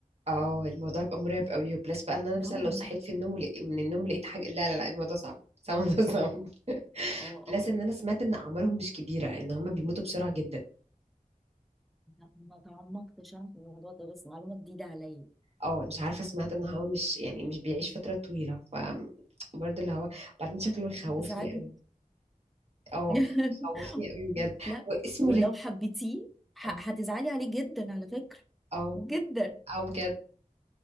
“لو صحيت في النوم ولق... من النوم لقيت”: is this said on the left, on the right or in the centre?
Right